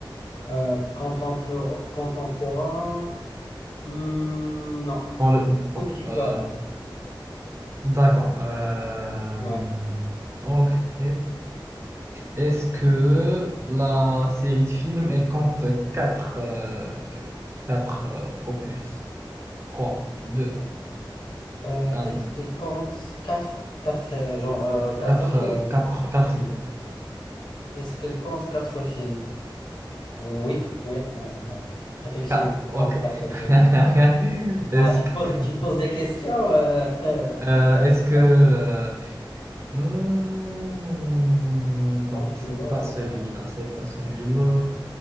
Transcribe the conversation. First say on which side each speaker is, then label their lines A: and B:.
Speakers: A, on the left (about 65°); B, on the right (about 30°).
A: Euh, contempor- contemporain, hmm, non.
B: Dans le,
A: Tout
B: bon,
A: petit peu
B: euh,
A: après.
B: d'accord. Euh,
A: Ouais.
B: ok. Est-ce que la série de films, elle compte 4 euh, quatre, euh, opus? trois, deux,
A: Euh,
B: un.
A: est-ce qu'elle compte quatre, quatre, euh, genre, euh, quatre
B: Quatre
A: films?
B: euh, quatre quatre films.
A: Est-ce qu'elle compte quatre films? Oui, oui, oui, oui. Effectivement,
B: 4.
A: elle
B: ok.
A: compte quatre
B: <laughs>
A: films.
B: Est-ce
A: Ah, tu
B: que...
A: poses, tu poses des questions. euh, <laughs>
B: Euh, est-ce que...
A: Ok.
B: euh, hmm, donc,
A: Donc, tu
B: c'est
A: dois.
B: pas celui-là,
A: Voilà.
B: c'est pas celui-là.